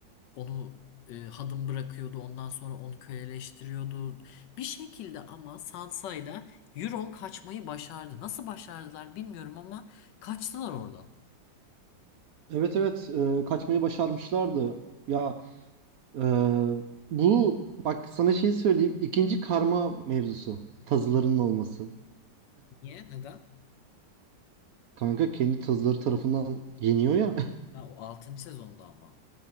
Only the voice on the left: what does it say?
Onu e, hadım bırakıyordu. Ondan sonra onu köleleştiriyordu. Bir şekilde ama Sansa'yla Euron kaçmayı başardı. Nasıl başardılar bilmiyorum ama kaçtılar oradan.
Niye? Neden?
Ha, o altıncı sezonda ama.